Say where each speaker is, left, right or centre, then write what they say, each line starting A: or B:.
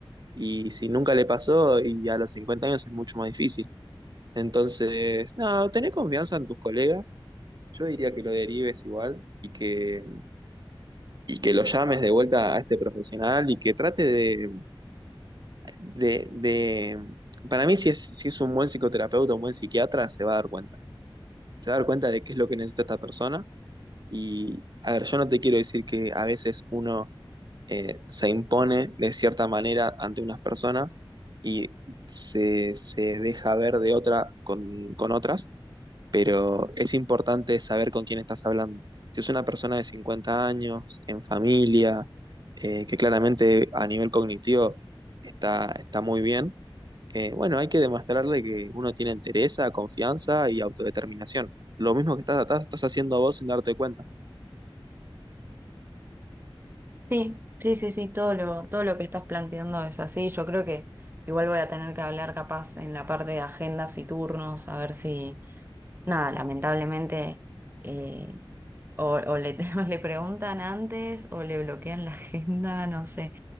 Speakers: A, on the right; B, on the right.
A: Y si nunca le pasó y a los 50 años es mucho más difícil. Entonces, no, tener confianza en tus colegas. Yo diría que lo derives igual y que y que lo llames de vuelta a este profesional y que trate de, de, de- para mí si es, si es un buen psicoterapeuta, un buen psiquiatra, se va a dar cuenta. Se va a dar cuenta de qué es lo que necesita esta persona. Y, a ver, yo no te quiero decir que a veces uno eh, se impone de cierta manera ante unas personas y se, se deja ver de otra con, con otras pero es importante saber con quién estás hablando. Si es una persona de 50 años, en familia, eh, que claramente a nivel cognitivo está, está muy bien, eh, bueno, hay que demostrarle que uno tiene entereza, confianza y autodeterminación. Lo mismo que estás, estás, estás haciendo vos sin darte cuenta.
B: Sí, sí, sí, sí, todo lo, todo lo que estás planteando es así. Yo creo que igual voy a tener que hablar capaz en la parte de agendas y turnos, a ver si, nada, lamentablemente, eh, o, o le, <laughs> o le preguntan antes o le bloquean la agenda, no sé.